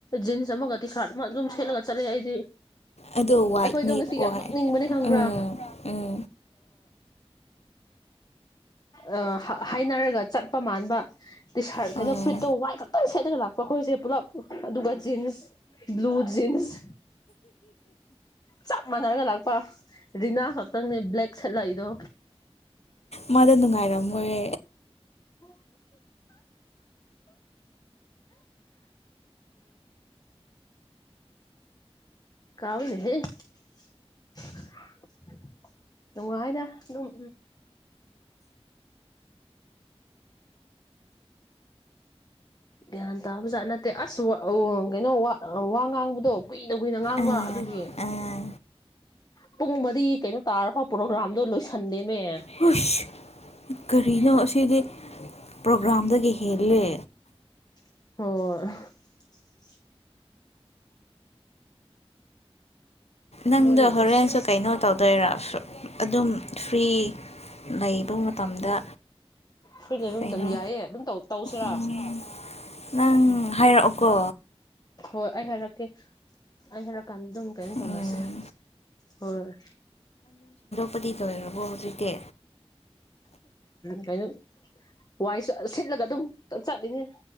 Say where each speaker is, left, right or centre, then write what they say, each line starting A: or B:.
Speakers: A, on the left; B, on the left.
A: ꯖꯤꯟꯁ ꯑꯃꯒꯗꯤ ꯁꯥꯔꯠ ꯑꯃ ꯑꯗꯨꯝ ꯁꯦꯠꯂꯒ ꯆꯠꯂꯦ ꯑꯩꯗꯤ
B: ꯑꯗꯣ ꯋꯥꯏꯠꯅꯦ
A: ꯑꯩꯈꯣꯏꯗꯣ ꯉꯁꯤ
B: ꯑꯣꯏ
A: ꯌꯥꯝ ꯅꯣꯛꯅꯤꯡꯕꯅꯤ ꯈꯪꯕ꯭ꯔꯥ
B: ꯎꯝ ꯎꯝ
A: ꯑ ꯍꯥꯏꯅꯔꯒ ꯆꯠꯄ ꯃꯥꯟꯕ ꯇꯤ ꯁꯥꯔꯠ
B: ꯎꯝ
A: ꯀꯩꯅꯣ ꯐꯤꯠꯇꯣ ꯋꯥꯏ ꯈꯛꯇꯪ ꯁꯦꯠꯂꯒ ꯂꯥꯛꯄ ꯑꯩꯈꯣꯏꯁꯦ ꯄꯨꯂꯞ ꯑꯗꯨꯒ ꯖꯤꯟꯁ ꯕ꯭ꯂꯨ ꯖꯤꯟꯁ ꯆꯞ ꯃꯥꯟꯅꯔꯒ ꯂꯥꯛꯄ ꯔꯤꯅꯥ ꯈꯛꯇꯪꯅꯦ ꯕ꯭ꯂꯦꯛ ꯁꯠꯂꯛꯏꯗꯣ
B: ꯃꯗ ꯅꯨꯡꯉꯥꯏꯔꯝ ꯃꯣꯏ
A: <inaudible> <inaudible> ꯀꯥꯎꯏꯅ ꯋꯥꯏꯗ ꯎꯝ ꯒ꯭ꯌꯥꯟ ꯇꯥꯕꯖꯥꯠ ꯅꯠꯇꯦ ꯑꯁ ꯎ ꯀꯩꯅꯣ ꯋꯥ ꯉꯥꯡꯕꯗꯣ ꯀꯨꯏꯅ ꯀꯨꯏꯅ ꯉꯥꯡꯕ
B: ꯑꯥ
A: ꯑꯗꯨꯒꯤ
B: ꯑꯥ
A: ꯄꯨꯡ ꯃꯔꯤ ꯀꯩꯅꯣ ꯇꯥꯔꯐꯥꯎ ꯄ꯭ꯔꯣꯒ꯭ꯔꯥꯝꯗꯣ ꯂꯣꯏꯁꯟꯗꯦꯃꯦ
B: ꯍꯁ ꯀꯔꯤꯅꯣ ꯁꯤꯗꯤ ꯄ꯭ꯔꯣꯒ꯭ꯔꯥꯝꯗꯒꯤ ꯍꯦꯜꯂꯦ
A: ꯑꯣ
B: ꯅꯪꯗ
A: ꯃꯣꯏ
B: ꯍꯣꯔꯦꯟꯟꯁꯨ
A: ꯑꯁ
B: ꯀꯩꯅꯣ ꯇꯧꯗꯣꯏꯔꯣ ꯑꯗꯨꯝ ꯐ꯭ꯔꯤ ꯂꯩꯕ ꯃꯇꯝꯗ
A: ꯁꯣꯏꯅ ꯑꯗꯨꯝ
B: ꯀꯩꯅꯣ
A: ꯃꯇꯝ ꯌꯥꯏꯌꯦ ꯑꯗꯨꯝ ꯇꯧꯁꯤꯔꯥ
B: ꯎꯝ ꯅꯪ ꯍꯥꯏꯔꯛꯑꯣꯀꯣ
A: ꯍꯣꯏ ꯑꯩ ꯍꯥꯏꯔꯛꯀꯦ ꯑꯩ ꯍꯥꯏꯔꯛꯀꯦ ꯑꯗꯨꯝ ꯀꯩꯅꯣ
B: ꯎꯝ
A: ꯇꯧꯅꯁꯦ ꯍꯣꯏ
B: ꯄꯗꯤꯗ ꯑꯣꯏꯔꯕꯣ ꯍꯧꯖꯤꯛꯇꯤ
A: ꯀꯩꯅꯣ ꯋꯥꯏꯁꯨ ꯁꯤꯠꯂꯒ ꯑꯗꯨꯝ ꯆꯠꯂꯤꯅꯤ